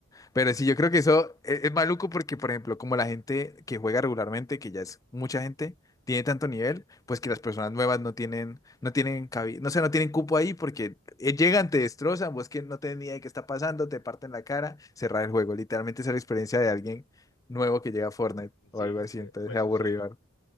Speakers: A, on the left; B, on the left.
A: pero sí, yo creo que eso es, es maluco porque, por ejemplo, como la gente que juega regularmente, que ya es mucha gente, tiene tanto nivel, pues
B: <laughs> Sí.
A: que las personas nuevas no tienen, no tienen cabida, no sé, no tienen cupo ahí porque eh, llegan, te destrozan, vos que no tenés ni idea de qué está pasando, te parten la cara, cerrar el juego. Literalmente esa es la experiencia de alguien nuevo que llega a Fortnite o
B: Sí,
A: algo así,
B: me-
A: entonces
B: puede
A: es
B: suceder.
A: aburrido, ¿no?